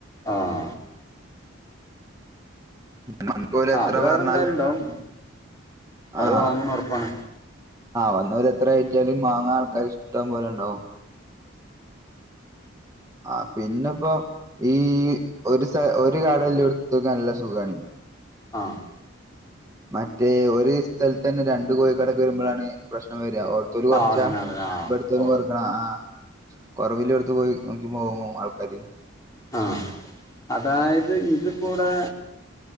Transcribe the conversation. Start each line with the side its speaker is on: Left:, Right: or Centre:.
Left: ആഹ്
Right: നമുക്ക് ഓല്
Left: ആ
Right: എത്ര
Left: അത് വേറെ
Right: പറഞ്ഞാലും
Left: എന്തായാലും ഉണ്ടാവും അത്
Right: ആഹ്
Left: വാങ്ങും ഉറപ്പാണ്
Right: വന്ന് അവരെത്ര കയറ്റിയാലും മാങ്ങാ ആൾക്കാർ ഇഷ്ടം പോലെ ഉണ്ടാവും ആ പിന്നെപ്പോ ഈ ഒരു സ ഒരു കടല്ല എടുത്തക്ക നല്ല സുഖണ്
Left: ആഹ്
Right: മറ്റേ ഒരു സ്ഥലത്ത് തന്നെ രണ്ട് കോഴിക്കടക്ക് വരുമ്പോഴാണ് പ്രശ്നം വരിയാ ഓടത്തര് കുറച്ചാ
Left: ആ അതന്നെ അതന്നെ ആ
Right: എടുത്തരും
Left: ഓ
Right: കുറക്കണ ആ കുറവില്ല എടുത്ത പോയി നോക്കി പോവും ആൾക്കാര്
Left: ആ അതായത് ഇത് കൂടെ